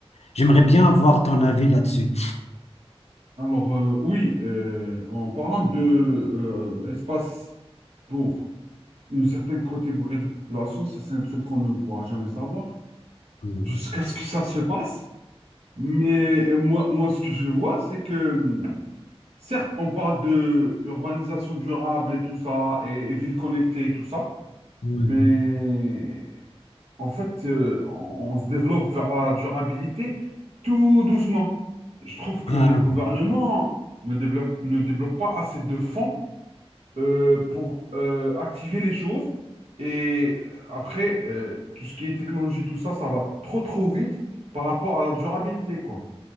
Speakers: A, on the left; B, on the right.
A: J'aimerais bien avoir ton avis là-dessus.
B: Alors, euh, oui, euh, en parlant de euh, espace pour une certaine catégorie de population, ça, c'est un truc qu'on ne pourra jamais savoir
A: Ouais.
B: jusqu'à ce que ça se passe. Mais euh, moi, moi, ce que je vois, c'est que, hum, certes, on parle de urbanisation durable et tout ça, et, et ville connectée et tout ça,
A: Oui.
B: mais En fait, euh, on, on se développe vers la durabilité tout doucement. Je trouve que
A: Ah,
B: les gouvernements ne débloquent, ne débloquent pas assez de fonds euh, pour euh, activer les choses. Et euh, après, euh, tout ce qui est technologie, tout ça, ça va trop trop vite par rapport à la durabilité, quoi.